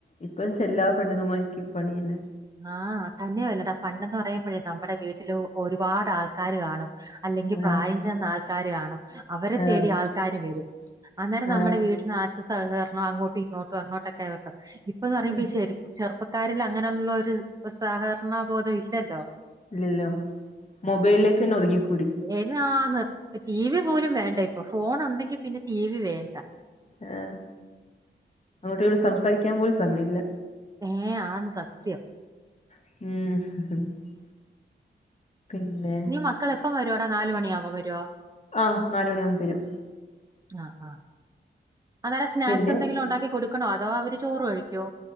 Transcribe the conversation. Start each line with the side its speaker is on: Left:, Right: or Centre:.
Left: ഇപ്പൊ ചെല്ല പെണ്ണുങ്ങമാർക്കും പണിയില്ലെ
Right: ആഹ് തന്നെയ വല്ലടാ പണ്ടെന്ന് പറയുമ്പഴേ നമ്മുടെ വീട്ടില് ഒരുപാട് ആൾക്കാര് കാണും അല്ലെങ്കിൽ
Left: ആഹ്
Right: പ്രായം ചെന്ന ആൾക്കാര് കാണും അവരെ
Left: ആഹ്
Right: തേടി ആൾക്കാര് വെരും അന്നേരം നമ്മുടെ
Left: ആഹ്
Right: വീട്ടിനാ സഹകരണം അങ്ങോട്ടും ഇങ്ങോട്ടും അങ്ങോട്ടൊക്കെ വയ്ക്കും ഇപ്പൊന്ന് പറയുമ്പോ
Left: ഉം
Right: ചെ ചെറുപ്പക്കാരിൽ അങ്ങനെയുള്ളരു <unintelligible> സഹകരണ ബോധം ഇല്ലല്ലോ
Left: ഇല്ലല്ലോ മൊബൈലിലേക്കന്നെ ഒതുങ്ങിക്കൂ
Right: എയ്നാന്ന് ടി വി പോലും വേണ്ട ഇപ്പൊ ഫോൺ ഉണ്ടെങ്കി പിന്നെ ടി വി വേണ്ട
Left: ആഹ് അങ്ങോട്ട് ഇങ്ങോട്ട് സംസാരിക്കാൻ പോലും സമയല്ല
Right: ഏഹ് ആഹ് സത്യം
Left: ഉം പിന്നെ
Right: ഇനി മക്കളെ എപ്പം വരുവോട നാല്മണിയാവുമ്പം വരുവോ
Left: ആഹ് നാല് മണിയാവുമ്പ വരും
Right: ആ ആ അന്നേര സ്നാക്സ്
Left: പിന്നെ
Right: എന്തെങ്കിലും ഉണ്ടാക്കി കൊടു ക്കണോ അതോ അവര് ചോറ് കഴിക്കോ